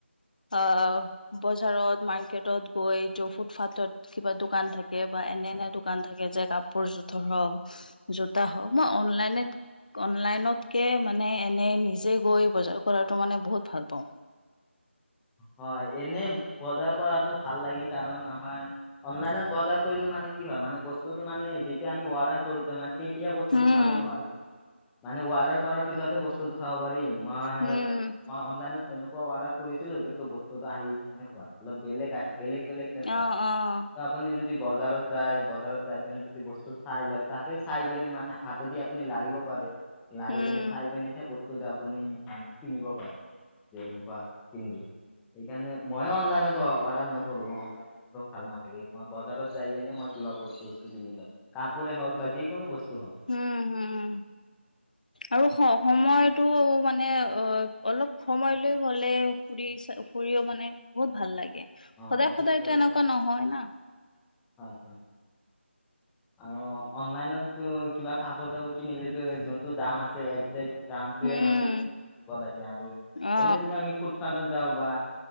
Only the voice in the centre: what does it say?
হয় এনেই বজাৰ কৰাতটো ভাল লাগে কাৰণ আমাৰ অনলাইনত বজাৰ কৰিলে মানে কি হয় মানে বস্তুতটো মানে যেতিয়া আমি অৰ্ডাৰ, কৰো মানে তেতিয়া বস্তুতটো
চাব নোৱাৰি মানে ৱৰ্ডাৰ কৰাৰ পিছতহে বস্তুতটো চাব পাৰিম। মই
মই অনলাইনত এনেকুৱা অৰ্ডাৰ কৰিছিলো কিন্তু বস্তুতটা আহিল এনেকুৱা, অলপ বেলেগ আহ বেলেগ বেলেগ যেন
পায়
ত আপুনি যদি, বজাৰত যায় বজাৰত যায় কি যদি বস্তু চাই লয় ততে চাই, কেনে মানে হাতেদি আপুনি লাৰিব পাৰে লাৰি
কেনে চাই কিনে সেই বস্তুটো আপুনি মানে কিনিব প যে এনেকুৱা কিনিলো সেইকাৰণে মই অনলাইনত অৰ্ডাৰ নকৰো অনলাইন মোৰো ভাল নালাগে মই বজাৰত যাই কিনে মই, কিবা বস্তু বস্তু কিনিলও কাপোৰে হওক বা যিকোনো বস্তু হওক
অ খুব
হয়
হয় হয়। আৰু অনলাইনতো কিবা কাপোৰ চাপোৰ কিনিলেতো যোনতটো দাম আছে এক, যে জামটয়ে
মানে দিব লাগে আৰু
এনে যনে আমি ফুটপাথত যাওঁ বা